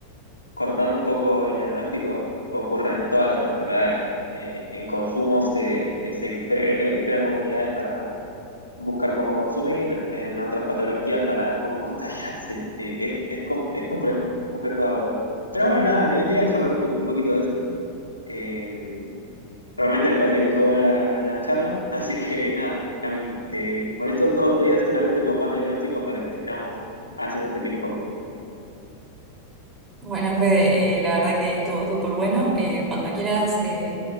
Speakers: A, on the left; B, on the right.
A: cortando un poco el diagnóstico, ocurre en todas las enfermedades. Eh, en consumo se, se cre- eh, crean comunidades para buscar cómo consumir, en otras patologías para cómo <laughs> contagiarse. Eh, es, es, com- es complejo, complejo de abordar. Pero bueno, nada, quería charlar un, po- un poquito de eso. Eh, Realmente me parece que estuvo buena la, la charla, así que nada, Cami, te molesto otro día seguramente con más diagnósticos para que sigamos haciendo este ping
B: Bueno, Fede, eh, la verdad que estuvo súper bueno. Eh, cuando quieras, eh,